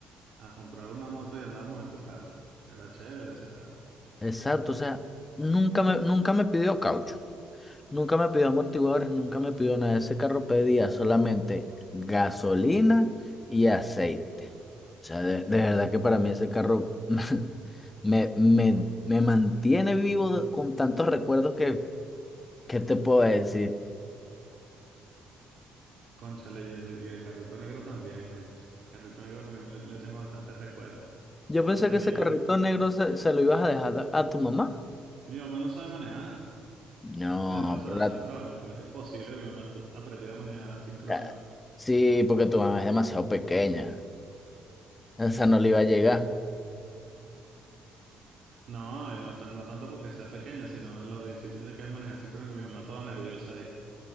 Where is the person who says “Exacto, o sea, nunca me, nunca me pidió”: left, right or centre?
Left